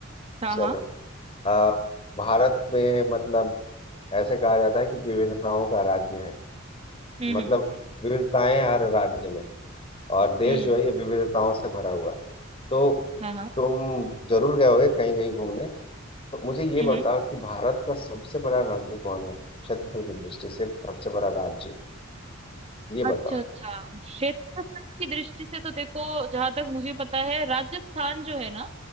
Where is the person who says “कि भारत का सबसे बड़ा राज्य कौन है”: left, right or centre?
Left